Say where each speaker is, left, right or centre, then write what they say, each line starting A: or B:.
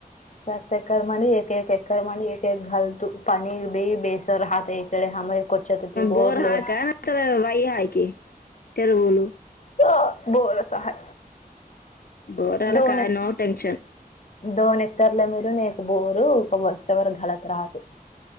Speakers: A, on the left (about 50°); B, on the left (about 75°).
A: सातकर म्हणे एक एक एड म एक एक घालतू पनीर बी बेसर राहात इकडे हमरे कोच्यात ते बोरलो
B: बोर हाका न तरर वई हाकी चरवल
A: अ बोर हाय
B: बोरला
A: दोन
B: काय
A: एक
B: नो टेनशन
A: दोन हेक्टरला मिेरून एक बोर बस्त्यावर घाडत राहत